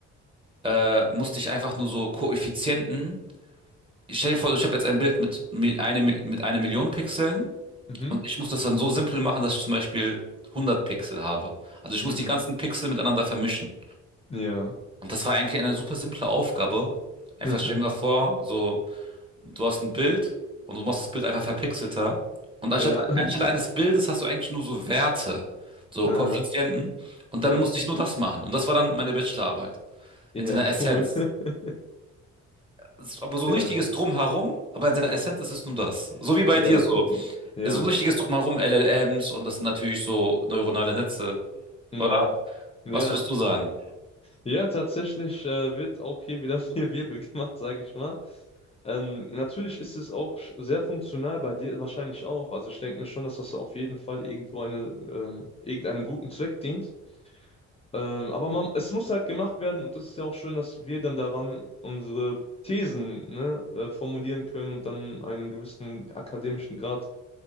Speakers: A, on the right (about 15°); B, on the left (about 20°).
A: äh, musste ich einfach nur so Koeffizienten. Ich stell dir vor, ich habe jetzt ein Bild mit, mi- eine, Mi- mit einer Million Pixeln
B: mhm,
A: und ich muss das dann so simpel machen, dass ich zum Beispiel 100 Pixel habe. Also ich
B: mhm,
A: muss die ganzen Pixel miteinander vermischen.
B: ja.
A: Und das war eigentlich eine super simple Aufgabe. Einfach
B: <laughs>
A: stell dir mal vor, so Du hast ein Bild und du machst das Bild einfach verpixelter. Und anstatt,
B: Ja, <laughs>
A: anstelle eines Bildes hast du eigentlich nur so Werte, so
B: äh,
A: Koeffizienten. Und
B: ja,
A: dann musste ich nur das machen. Und das war dann meine Bachelorarbeit.
B: ja,
A: In seiner
B: cool.
A: Essenz.
B: <laughs>
A: Es ist aber so
B: Ja,
A: ein richtiges Drumherum, aber in seiner Essenz ist es nur das. So wie bei
B: ja,
A: dir so.
B: ja,
A: So ein richtiges Drumherum, LLMs und das sind natürlich so neuronale Netze,
B: mhm,
A: oder?
B: ja.
A: Was würdest du sagen?
B: Ja, tatsächlich äh, wird auch hier wieder <laughs> viel Wirbel gemacht, sage ich mal. Ähm, natürlich ist es auch sch- sehr funktional, bei dir wahrscheinlich auch. Also ich denke mir schon, dass das auf jeden Fall irgendwo eine, ähm, irgendeinem guten Zweck dient. Ähm, aber man, es muss halt gemacht werden und es ist ja auch schön, dass wir dann daran unsere Thesen, ne, äh, formulieren können und dann einen gewissen akademischen Grad